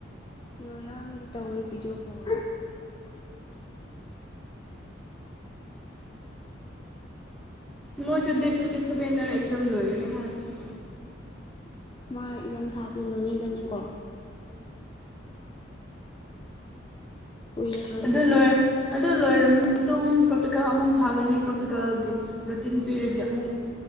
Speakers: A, on the left; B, in the centre.
A: ꯉꯔꯥꯡꯗꯤ ꯇꯧꯋꯤ ꯚꯤꯗꯤꯑꯣ ꯀꯣꯜ
B: ꯃꯣꯏꯁꯨ ꯗꯦꯠ ꯇꯣꯏꯟꯇꯤꯁꯕꯦꯟꯅꯔ ꯑꯦꯛꯖꯥꯝ ꯂꯣꯏꯒꯅꯤ ꯍꯥꯏꯕꯅꯤ
A: ꯃꯥ ꯑꯦꯛꯖꯥꯝ ꯊꯥꯕꯗꯣ ꯅꯣꯅꯦꯗꯅꯤꯀꯣ ꯀꯨꯏꯔꯔꯣꯏ
B: ꯑꯗꯨ
A: ꯑꯗꯨꯗꯤ
B: ꯂꯣꯏꯔ ꯑꯗꯨ ꯂꯣꯏꯔꯝꯃ ꯃꯇꯨꯡ ꯄ꯭ꯔꯥꯛꯇꯤꯀꯜ ꯑꯃꯨꯛ ꯊꯥꯒꯅꯤ ꯄ꯭ꯔꯥꯛꯇꯤꯀꯜꯒꯤ ꯔꯨꯇꯤꯟ ꯄꯤꯔꯗꯤ ꯑꯃꯨꯛ